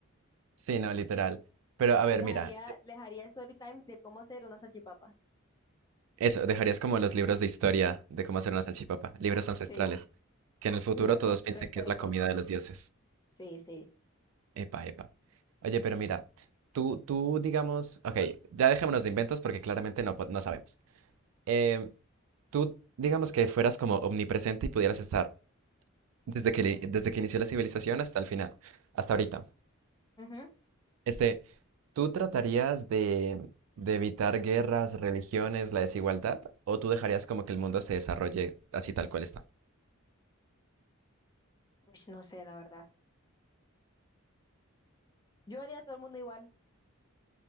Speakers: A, on the right; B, on the left.
A: Sí, no, literal. Pero a ver,
B: Les haría,
A: mira,
B: les haría story times de cómo hacer una salchipapa.
A: eso, dejarías como los libros de historia de cómo hacer una salchipapa, libros ancestrales,
B: Sí,
A: que en el futuro
B: libros
A: todos
B: pre-
A: piensen
B: prehistóricos.
A: que es la comida de los dioses.
B: Sí, sí.
A: Epa, epa. Oye, pero mira, tú, tú, digamos, ok, ya dejémonos de inventos porque claramente no, po- no sabemos. Em, tú, digamos que fueras como omnipresente y pudieras estar desde que, desde que inició la civilización hasta el final, hasta ahorita.
B: Ujú.
A: Este, ¿tú tratarías de, de evitar guerras, religiones, la desigualdad? ¿O tú dejarías como que el mundo se desarrolle así tal cual está?
B: Pues no sé, la verdad. Yo haría a todo el mundo igual,